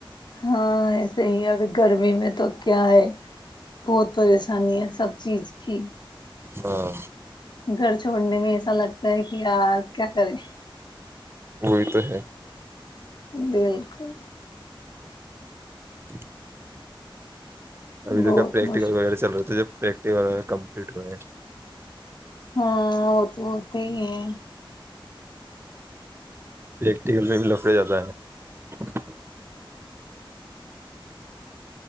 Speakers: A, on the left; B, on the right.
A: ہاں ایسے ہی ہے اب گرمی میں تو کیا ہے بہت پریشانی ہے سب چیز کیھی
B: ہاں
A: گھر چھوڑنے میں اچھا لگتا ہے کہ یار کیا کریں
B: وہی تو ہے
A: بالکل
B: <inaudible> ابھی
A: بہت
B: کا پریکٹیکل
A: مشک
B: وغیرہ چل رہا تھا جب پریکٹیکل وغ کمپلیٹ ہوئے ہیں
A: ہاں وہ تو ہوتے ہی ہے
B: ایک ٹیل میں بھی لپڑا جاتا ہے <inaudible>